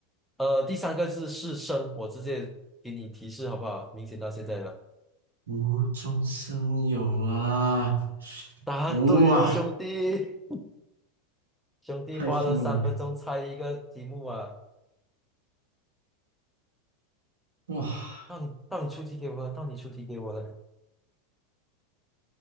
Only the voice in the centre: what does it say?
呃，第三个字是生，我直接给你提示好不好？明显到现在了，
答对了，
兄弟，兄弟花了三分钟猜一个题目啊，
到你到你出题给我了，到你出题给我了，